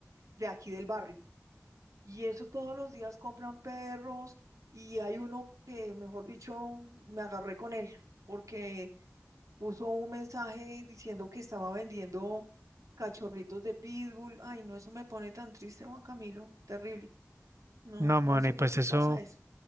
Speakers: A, on the right; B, on the right.
A: de aquí del barrio. Y eso todos los días compran perros y hay uno que, mejor dicho, me agarré con él porque puso un mensaje diciendo que estaba vendiendo cachorritos de pitbull. Ay, no, eso me pone tan triste, Juan Camilo. Terrible. No,
B: No, Moni,
A: no sé
B: pues
A: por qué
B: eso,
A: pasa eso.